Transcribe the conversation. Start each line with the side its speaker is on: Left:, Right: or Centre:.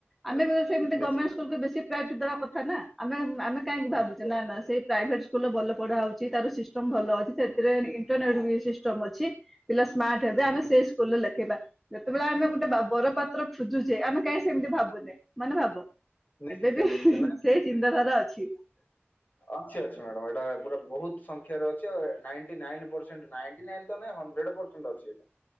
Left: ହୁଁ।
Centre: ଆମେ ସେମିତି
Left: ନିଶ୍ଚ-
Centre: ଗମେଣ୍ଟ ସ୍କୁଲକୁ ବେଶୀ। ଦେବା କଥା ନା ଆମେ ଆମେ କାହିଁକି
Left: ନିଶ୍ଚିତ
Centre: ଭାବୁଛେ ନା
Left: ନିଶ୍ଚିତ
Centre: ନା ସେ। ପ୍ରାଇଭେଟ ସ୍କୁଲ ରେ ଭଲ ପଢା ହଉଛି ତାର ସିଷ୍ଟମ ଭଲ ଅଛି
Left: ହୁଁ
Centre: ସେଥିରେ ଇଣ୍ଟେରନାଲ୍ ସିଷ୍ଟମ୍ ଅଛି ପିଲା ସ୍ମାର୍ଟ ହେବେ
Left: ହୁଁ
Centre: ଆମେ
Left: ହୁଁ।
Centre: ସେଇ ସ୍କୁଲରେ ଲେଖେଇବା। ଯେତେବେଳେ ଆମେ ଗୋଟେ ବର ପାତ୍ର ଖୁଜୁଚେ ଆମେ କାହିଁ ସେମିତି ଭାବୁନେ ମାନେ ଭାବ।
Left: ନିଶ୍ଚୟ
Centre: ଏବେବି
Left: ନିଶ୍ଚୟ ନା
Centre: ସେଇ ଚିନ୍ତାଧାରା ଅଛି।
Left: ଅଛି ଅଛି ମ୍ୟାଡ଼ାମ ଏଟା ପୁରା ବହୁତ୍। ସଂଖାରେ ଅଛି ଆଉ ninety nine percent ninety nine ତ ନାଇଁ ହନଡ୍ରେଡ଼ ପର୍ଷେଣ୍ଟ ଅଛି ଏଟା।